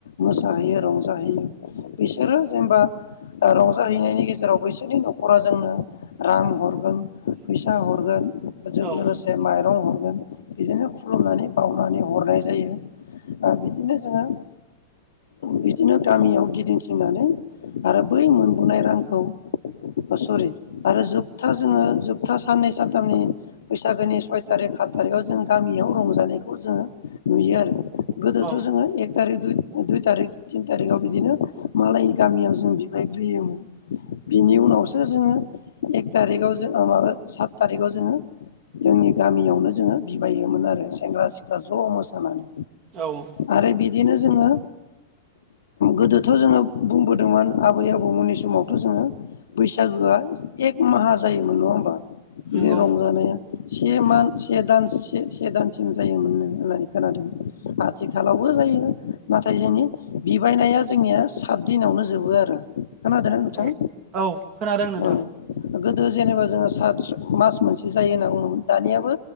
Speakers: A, on the left; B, on the right.
A: मोसाहैयो रंजाहैयो बिसोरो। जेनेबा रंजाहैनायनि गेजेराव बैसोरनि न'खरा जोंनो रां हर। गोन फैसा हरगोन बेजों
B: औ
A: लोगोसे माइरं हर। गोन बिदिनो खुलुमनानै बावनानै हरनाय जायो बिदिनो जोङो। बिदिनो गामियाव गिदिंथिंनानै आरो बै मोनबोनाय रांखौ सरि आरो जोबथा जोङो जोबथा साननै सानथामनि बैसागोनि सय थारिख सात थारिखआव जों गामियाव रंजानायखौ जोङो नुयो आरो गोदोथ'
B: औ
A: जोङो एक थारिख दुइ दुइ थारिख थिन थारिकाव बिदिनो मालायनि गामियाव जों बिबाय ग्रोयोमोन बिनि उनावसो जोङो एक थारिकाव जो माबा सात थारिखआव जोङो जोंनि गामियावनो जोङो बिबाययोमोन आरो सेंग्रा सिख्ला ज' मोसानानै।
B: औ
A: आरो बिदिनो जोङो गोदोथ' जोङो बुंबोदोंमोन बै आबौमोननि समावथ' जोङो बैसागोआ एक माहा जायोमोन नङा होमबा। बिनि
B: नंगौ
A: रंजानाया से मान
B: औ
A: से दानस से से दानसिम जायोमोननो होननानै खोनादों आथिखालावबो जायो नाथाय जोंनि बिबायनाया जोंनिया सात दिनावनो जोबो आरो। खोनादों न नोंथां
B: औ औ खोनादों नोंथां
A: औ गोदो जेनेबा जोङो सादस मास मोनसे जायो होनना ब बुंङोमोन दानियाबो